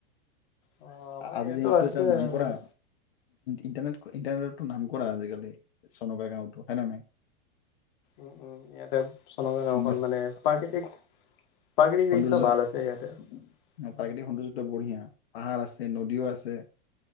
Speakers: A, on the left; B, on the left.
A: অ' আমাৰ
B: আজি
A: ইয়াতো
B: দিনতটো
A: আছে
B: এটা নাম কৰা
A: মানে
B: ইণ্টাৰনেট, ইণ্টাৰনেটো <inaudible> কৰা আজিকালি, চনকা <unintelligible> হয়নে নহয়।
A: উ! উম, ইয়াতে, চনগ গাঁওখন
B: নেচ-
A: মানে, প্ৰাকৃতিক
B: হয়।
A: প্ৰাকৃতিক
B: সৌন্দৰ্য
A: দৃশ্য ভাল আছে। ইয়াতে, উ!
B: প্ৰাকৃতিক সৌন্দৰ্যটো বঢ়িয়া পাহাৰ আছে। আছে, নদীও আছে।